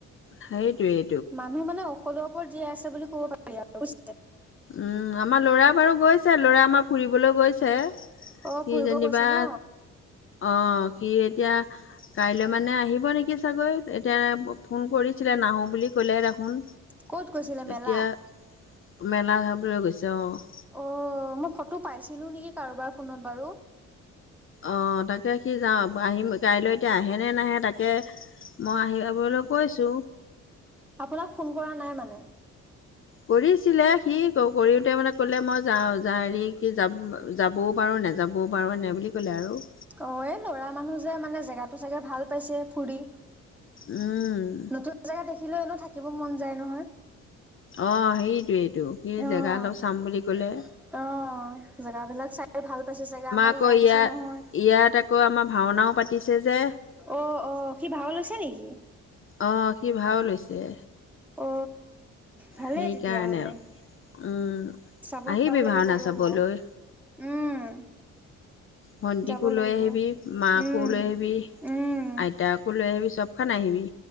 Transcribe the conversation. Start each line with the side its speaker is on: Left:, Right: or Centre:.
Left: সেইটোয়েই
Centre: মানুহ মানে ঔষধৰ ওপৰত জীয়াই আছে বুলি ক'ব পাৰি আৰু।
Left: উম, আমাৰ ল'ৰা বাৰু গৈছে ল'ৰা আমাৰ ফুৰিবলৈ গৈছে।
Centre: অ
Left: কি
Centre: ফুৰিব
Left: জনিবা
Centre: গৈছে ন
Left: অ', সি এতিয়া কাইলৈ মানে আহিব নেকি চাগৈ। এত তে ফ-ফোন কৰিছিলে নাহো বুলি ক'লে দেখোন।
Centre: ক'ত গৈছিলে মেলা?
Left: এতিয়া মেলা চাবলৈ গৈছে অ'।
Centre: অ', মই ফটো পাইছিলোঁ নেকি কাৰোবাৰ ফোনত বাৰু।
Left: অ', তাকে সি যাওঁ-আহিম কাইলৈ এতিয়া আহে নে নাহে তাকে মই আহিবা বুলি কৈছো।
Centre: আপোনাক ফোন কৰা নাই মানে।
Left: কৰিছিলে সি ক-কৰিওতে মানে কলে মই যাওঁ-যা হেৰি কি যাম যাবও পাৰোঁ নেযাবও পাৰোঁ এনেকে বুলি ক'লে আৰু।
Centre: অ', এই ল'ৰা মানুহ যে মানে জেগাটো চাগে ভাল পাইছে ফুৰি।
Left: উম।
Centre: নতুন জেগা দেখিলেও এনেও থাকিব মন যায় নহয়।
Left: অ', সেইটোৱেইটো সি
Centre: অ
Left: জেগা অলপ চাম বুলি ক'লে।
Centre: অ', জেগাবিলাক চাই ভাল পাইছে চাগে আমাৰ
Left: আকৌ
Centre: ইয়াৰ
Left: ইয়াত
Centre: নিচিনা নহয়।
Left: ইয়াত আকৌ আমাৰ ভাওনাও পাতিছে যে
Centre: অ অ সি ভাও লৈছে নেকি
Left: অ', সি ভাও লৈছে।
Centre: অ ভালেই
Left: সেইকাৰণে,
Centre: তেতিয়াহ'লে
Left: উম।
Centre: চাব
Left: আহিবি
Centre: যাব লাগিব
Left: ভাওনা
Centre: ৰ'ব,
Left: চাবলৈ
Centre: উম।
Left: ভণ্টিকো
Centre: যাব লাগিব
Left: লৈ আহিবি মাকো
Centre: উম
Left: লৈ আহিবি।
Centre: উম
Left: আইতাকো লৈ আহিবি চবখন আহিবি।